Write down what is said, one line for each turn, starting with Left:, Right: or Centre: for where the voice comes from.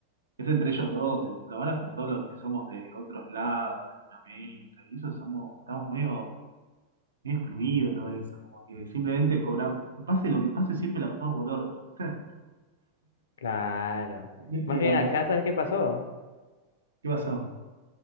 Right: es entre ellos dos. Lo malo es que todos los que somos de otros lados, Latinoamérica, y eso somos, estamos muy, muy excluidos de todo eso, como que simplemente cobramos, pase lo que pase, siempre la pasamos por el orto, ¿viste?
Left: Claro.
Right: ¿Ves
Left: Más
Right: que
Left: bien
Right: vamos?
Left: acá,
Right: a-
Left: ¿sabes qué pasó?
Right: ¿Qué pasó?